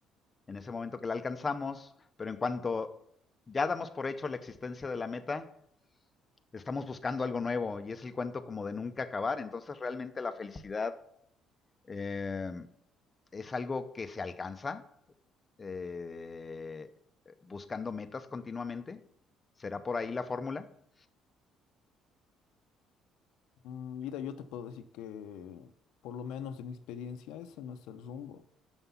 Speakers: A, on the left; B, on the left.
A: en ese momento que la alcanzamos, pero en cuanto ya damos por hecho la existencia de la meta, estamos buscando algo nuevo y es el cuento como de nunca acabar. Entonces realmente la felicidad... em, es algo que se alcanza, eh, buscando metas continuamente. ¿Será por ahí la fórmula?
B: Mm, Mira, yo te puedo decir que, por lo menos de mi experiencia, ese no es el rumbo.